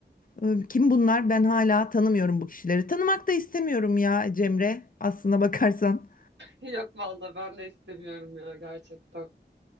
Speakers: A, on the left; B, on the right.
A: e, kim bunlar? Ben hala tanımıyorum bu kişileri. Tanımak da istemiyorum ya Cemre aslına bakarsan.
B: Yok valla ben de istemiyorum ya gerçekten.